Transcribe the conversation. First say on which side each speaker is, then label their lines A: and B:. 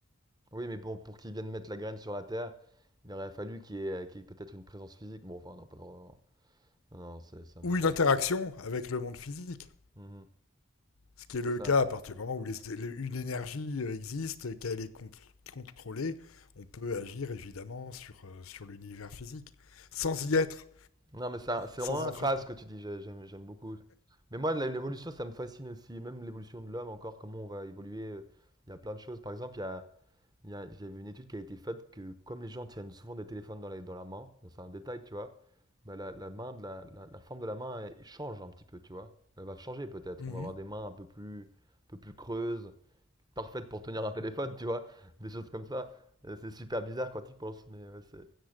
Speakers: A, on the right; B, on the left.
A: Oui, mais bon, pour qu'il vienne mettre la graine sur la Terre, il aurait fallu qu'il y ait, qu'il y ait peut-être une présence physique. Bon, enfin, non, pas vraiment. Non, non, c'est c'est un
B: ou
A: détail.
B: une interaction avec le monde physique.
A: Mhm,
B: Ce qui est
A: c'est
B: le
A: ça.
B: cas à partir du moment où les, les, une énergie euh, existe, qu'elle est con, contrôlée, on peut agir évidemment sur, euh, sur l'univers physique, sans y être,
A: Non, mais c'est un- c'est
B: sans
A: vraiment incroyable
B: en faire pas.
A: ce que tu dis, j'ai- j'aime j'aime beaucoup. Mais moi, la- l'évolution, ça me fascine aussi. Même l'évolution de l'homme, encore, comment on va évoluer. euh, Il y a plein de choses. Par exemple, il y a. Il y a- J'ai vu une étude qui a été faite que comme les gens tiennent souvent des téléphones dans la, dans la main, bon, c'est un détail, tu vois, bah, la, la main de la, la- la forme de la main elle change un petit peu, tu vois. Elle va changer peut-être.
B: mm
A: On va avoir
B: <laughs>
A: des mains un peu plus, un peu plus creuses, parfaites pour tenir un téléphone, tu vois. <laughs> Des choses comme ça. Euh, C'est super bizarre quand tu y penses, mais ouais, c'est